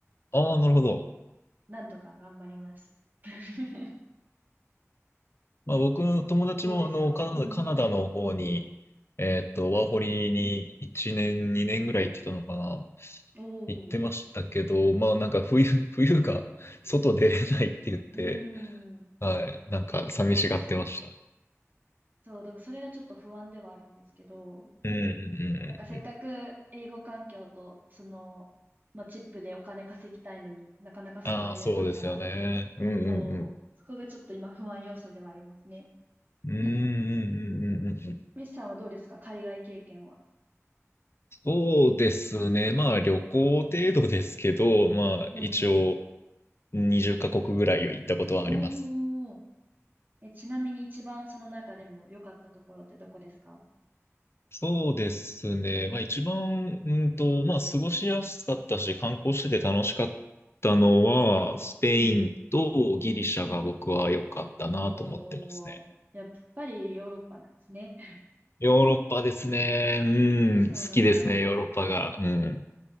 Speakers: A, on the left; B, on the right.
A: ああ、なるほど。
B: なんとか頑張ります。<laughs>
A: まあ、僕の友達もあのカナダ、
B: あどうですかうん。
A: カナダの方に、えっと、ワーホリに1年、
B: うんう
A: 2年ぐらい行ってたのかな。
B: ん。おお。
A: 行ってましたけど、
B: う
A: まあなんか冬、<laughs> 冬が外出れないって言って、
B: ーん。
A: はい、なんか寂しがってましたね。
B: そうなんですよ。そう、だからそれがちょっと不安ではあるんですけど、
A: うんうんうんうんうん。
B: なんかせっかく英語環境と、その、まあ、チップでお金稼ぎたいのになかなか外出れなかったら、
A: ああ、そうですよね。うんうんうん。
B: そう、そこがちょっと今不安要素ではありますね。
A: うんうんうんうんうんうん。
B: うんミスさんはどうですか海外経験は。
A: そうですね。まあ旅行程度ですけど、まあ一応
B: うんうん。
A: 20カ国ぐらい行ったことはあります。
B: おー。え、ちなみに一番その中でも良かったところってどこですか
A: そうですね。まあ一番、うんと、まあ過ごしやすかったし、観光してて楽しかったのは、スペインとギリシャが僕は良かったなと思ってますね。
B: うんうんおー。やっぱりヨーロッパなんですね。
A: ヨーロッパですね。うん、
B: <laughs> そうなんだ。
A: 好きですね、ヨーロッパが。うん。